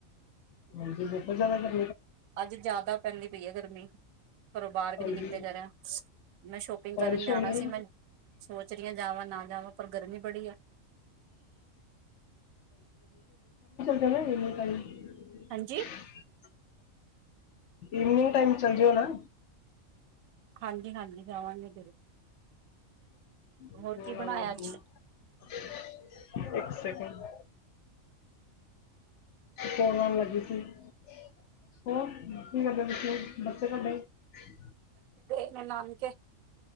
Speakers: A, on the left; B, on the right.
A: ਹਾਂਜੀ ਬ ਬਜਾ ਲੈਂਦਾ। <unintelligible>
B: ਅੱਜ ਜਿਆਦਾ ਪੈਂਦੀ ਪਈ ਏ ਗ਼। ਰਮੀ ਘਰੋਂ
A: ਹਾਂਜੀ
B: ਬਾਰ ਵੀ ਨੀ ਨਿਕਲੇਆ ਜਾ ਰਿਆ ਮੈਂ ਸ਼ੋਪਿੰਗ
A: ਬਾਰਿਸ਼
B: ਕਰਨ ਜਾਣਾ
A: ਹੋਈ ਹੈ
B: ਸੀ ਮੈਂ ਸੋਚ ਰੀ ਆ ਜਾਵਾਂ ਨਾ ਜਾਵਾਂ ਪਰ ਗਰਮੀ ਬੜੀ ਆ।
A: ਕਿਵੇ ਲ ਪ।
B: ਹਾਂਜੀ
A: <unintelligible> ਇਵਨਿੰਗ ਟਾਈਮ ਚੱਲ ਜਯੋ ਨਾ।
B: ਹਾਂਜੀ ਹਾਂਜੀ ਜਾਵਾਂਗੇ
A: <unintelligible>
B: ਹੋਰ ਕੀ ਬਣਾਇਆ ਅੱਜ
A: ਇੱਕ ਸੇਕਿੰਡ। ਸੋ ਆਉਣ ਲੱਗੀ ਸੀ <unintelligible> ਹੋ ਕੀ ਕਰਦੇ ਤੁਸੀਂ। ਬੱਚੇ <unintelligible>
B: ਇਹ ਨਾਨਕੇ